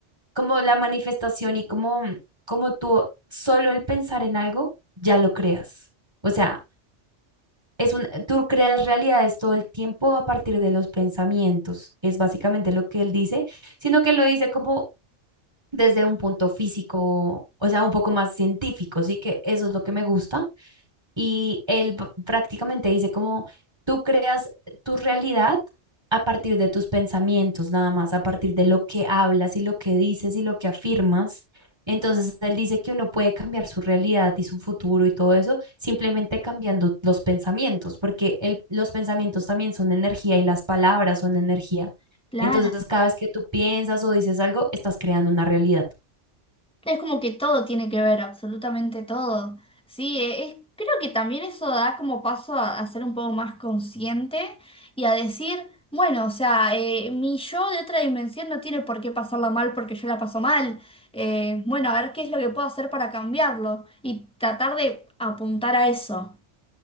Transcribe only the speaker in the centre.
claro.
Es como que todo tiene que ver, absolutamente todo. Sí, e- es, creo que también eso da como paso a, a ser un poco más consciente y a decir, bueno, o sea, eh, mi yo de otra dimensión no tiene por qué pasarla mal porque yo la paso mal. Eh, bueno, a ver qué es lo que puedo hacer para cambiarlo y tratar de apuntar a eso.